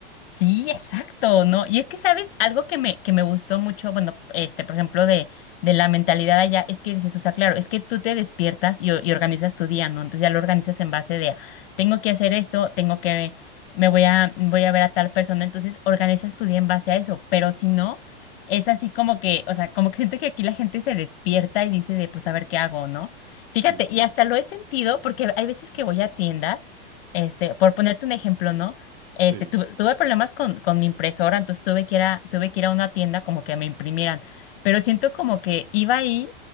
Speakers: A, on the left (about 65°); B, on the right (about 30°).
A: Sí, exacto, ¿no? Y es que, ¿sabes? Algo que me, que me gustó mucho, bueno, este, por ejemplo, de, de la mentalidad allá, es que dices, o sea, claro, es que tú te despiertas y, o- y organizas tu día, ¿no? Entonces ya lo organizas en base de, tengo que hacer esto, tengo que, me voy a, voy a ver a tal persona, entonces organizas tu día en base a eso, pero si no, es así como que, o sea, como que siento que aquí la gente se despierta y dice de, pues, a ver qué hago, ¿no? Fíjate,
B: sí, sí,
A: y hasta lo he sentido porque hay veces que voy a tiendas, este, por ponerte un ejemplo, ¿no? Este,
B: sí.
A: tuve, tuve problemas con, con mi impresora, entonces tuve que ir a, tuve que ir a una tienda como que me imprimieran. Pero siento como que iba ahí